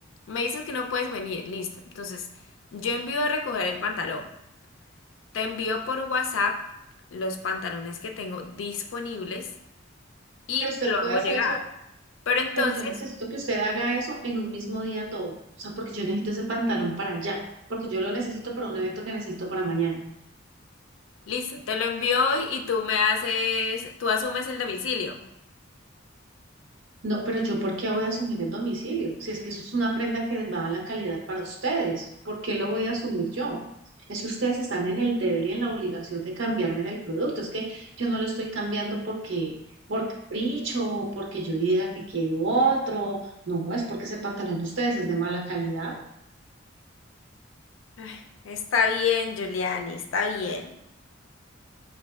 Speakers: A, on the left; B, on the right.
A: Me dices que no puedes venir, listo. Entonces, yo envío a recoger el pantalón. Te envío por WhatsApp los pantalones que tengo disponibles y
B: Pero usted
A: te lo
B: puede
A: hago
B: hacer
A: llegar.
B: eso,
A: Pero entonces,
B: pero yo necesito que usted haga eso en un mismo día todo. O sea, porque yo necesito ese pantalón para allá, porque yo lo necesito para un evento que necesito para mañana.
A: listo, te lo envío hoy y tú me haces, tú asumes el domicilio.
B: No, pero yo, ¿por qué voy a asumir el domicilio? Si es que eso es una prenda que va a la calidad para ustedes, ¿por qué lo voy a asumir yo? Es que ustedes están en el deber y en la obligación de cambiarme del producto. Es que yo no lo estoy cambiando porque, por capricho, o porque yo diga que quiero otro. No, no es porque ese pantalón de ustedes es de mala calidad.
A: Ay, está bien, Giuliani, está bien.